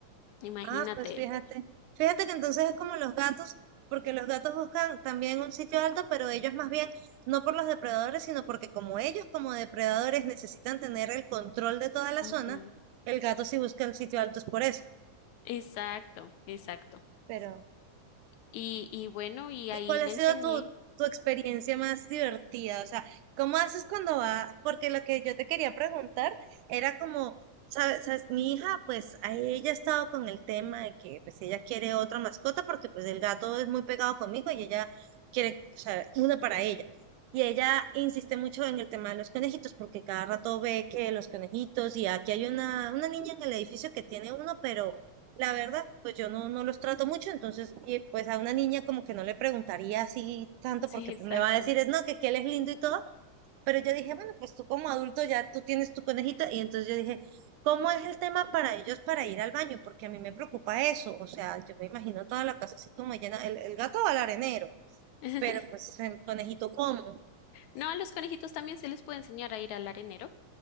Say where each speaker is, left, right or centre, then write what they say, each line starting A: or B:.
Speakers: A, on the left; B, on the right.
A: imagínate.
B: Ah, pues fíjate. Fíjate que entonces es como los gatos, porque los gatos buscan también un sitio alto, pero ellos más bien no por los depredadores, sino porque como ellos como depredadores necesitan tener el control de toda la
A: Ujú,
B: zona, el gato sí busca en sitios altos por eso.
A: Exacto, exacto.
B: Pero
A: Y, y bueno, y
B: ¿Y
A: ahí
B: cuál
A: le
B: ha sido
A: enseñé.
B: tu, tu experiencia más divertida? O sea, ¿cómo haces cuando va? Porque lo que yo te quería preguntar era como, ¿sabes? sabes, Mi hija, pues a ella ha estado con el tema de que pues ella quiere otra mascota porque pues el gato es muy pegado conmigo y ella quiere, o sea, una para ella. Y ella insiste mucho en el tema de los conejitos porque cada rato ve que los conejitos y aquí hay una, una niña en el edificio que tiene uno, pero la verdad, pues yo no, no los trato mucho, entonces, y pues a una niña como que no le preguntaría así tanto,
A: <laughs> Sí,
B: porque pues
A: exacto.
B: me va a decir, es no, que, que él es lindo y todo, pero yo dije, bueno, pues tú como adulto ya tú tienes tu conejita, y entonces yo dije, ¿cómo es el tema para ellos para ir al baño? Porque a mí me preocupa eso, o sea, yo me imagino toda la casa así como llena, el, el gato va al arenero,
A: <laughs>
B: pero pues el conejito como,
A: No, a los conejitos también se les puede enseñar a ir al arenero.